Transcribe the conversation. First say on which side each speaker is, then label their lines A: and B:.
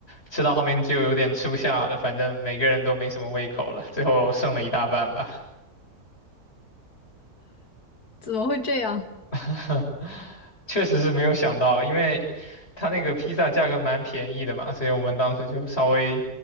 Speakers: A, on the left (about 40°); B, on the left (about 80°).
A: 吃到后面就有点吃不下了，反正每个人都没什么胃口了，最后剩了一大半吧。
B: 怎么会这样？
A: <laughs> 确实是没有想到，因为他那个披萨价格蛮便宜的嘛，所以我们当时就稍微